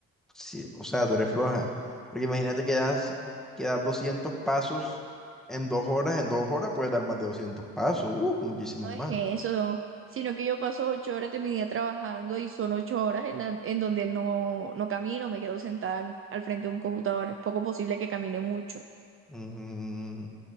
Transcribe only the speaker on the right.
No
es eso, no, sino que yo paso ocho horas de mi día trabajando y son ocho horas en, dan- en donde no, no camino, me quedo sentada en- al frente de un computador. Es poco posible que camine mucho.